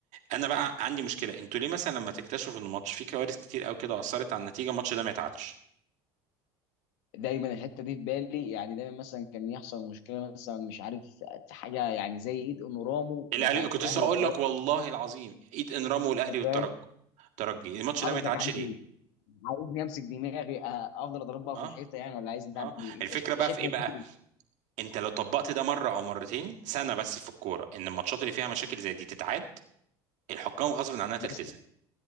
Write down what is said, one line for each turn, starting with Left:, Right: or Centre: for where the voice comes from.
Right: انا بقى عندي مشكله انتوا ليه مثلا لما تكتشفوا ان ماتش فيه كوارث كتير قوي كده اثرت على النتيجه الماتش ده ما يتعادش
Left: دايما الحته دي في بالي يعني دايما مثلا كان يحصل مشكله مثلا مش عارف في حاجه يعني زي ايد انورامو
Right: الاهلي
Left: بتاعت
Right: كنت
Left: الاهلي
Right: لسه اقول
Left: والطريق
Right: لك والله العظيم ايد انرامو والاهلي
Left: انت
Right: والترجي
Left: فاهم
Right: الترجي الماتش
Left: حضرتك
Right: ده ما يتعادش
Left: عايز
Right: ليه
Left: ايه؟ عايزني امسك دماغي آه، افضل اضربها
Right: اه
Left: في الحيطه يعني ولا عايز نعمل
Right: اه
Left: ايه؟
Right: الفكره
Left: انت انت
Right: بقى
Left: شايفه
Right: في ايه بقى
Left: ممكن
Right: انت لو طبقت ده مره او مرتين سنه بس في الكوره ان الماتشات اللي فيها مشاكل زي دي تتعاد الحكام غصب عنها تلتزم
Left: ازاي